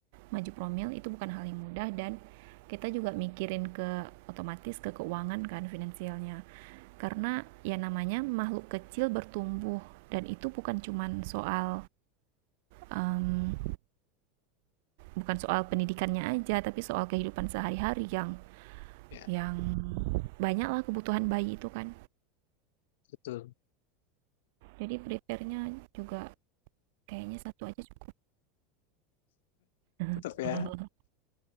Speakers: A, on the right; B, on the left.
A: maju promil itu bukan hal yang mudah dan kita juga mikirin ke otomatis ke keuangan kan finansialnya karena ya namanya makhluk kecil bertumbuh dan itu bukan cuman soal um, bukan soal pendidikannya aja tapi soal kehidupan sehari-hari yang
B: Ya,
A: yang banyak lah kebutuhan bayi itu kan
B: betul.
A: jadi prepare-nya juga kayaknya satu aja cukup
B: Tetap
A: <laughs>
B: ya,